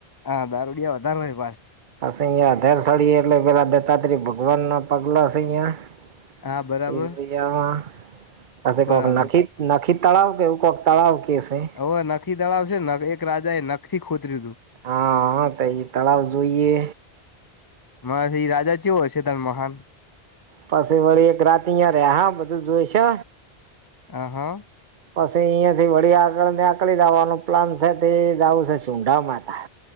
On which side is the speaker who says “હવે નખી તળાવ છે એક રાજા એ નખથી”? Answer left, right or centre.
Left